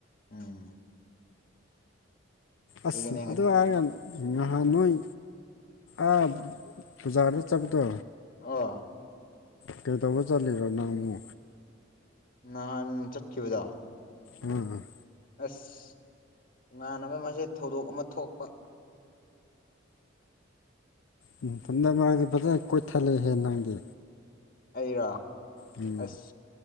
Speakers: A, on the left; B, on the left.
A: ꯎꯝ
B: ꯑꯁ
A: ꯑꯗꯨꯒꯤꯅꯦ
B: ꯑꯗꯨ ꯍꯥꯏꯔꯒ ꯉꯍꯥꯟ ꯅꯣꯏ ꯑꯥ ꯕꯖꯥꯔꯗ ꯆꯠꯄꯗꯣ
A: ꯑꯣ
B: ꯀꯩꯗꯧꯕ ꯆꯠꯂꯤꯔꯣ ꯅꯪꯕꯨ
A: ꯅꯍꯥꯟ ꯆꯠꯈꯤꯕꯗꯣ
B: ꯎꯨꯝ
A: ꯑꯁ ꯏꯃꯥꯟꯅꯕ ꯃꯁꯦ ꯊꯧꯗꯣꯛ ꯑꯃ ꯊꯣꯛꯄ
B: ꯅꯨꯡꯊꯤꯠ ꯗꯀꯥ ꯐꯖꯅ ꯀꯣꯏꯊꯠꯂꯦ ꯍꯦ ꯅꯪꯗꯤ
A: ꯑꯩꯔꯥ
B: ꯎꯝ
A: ꯑꯁ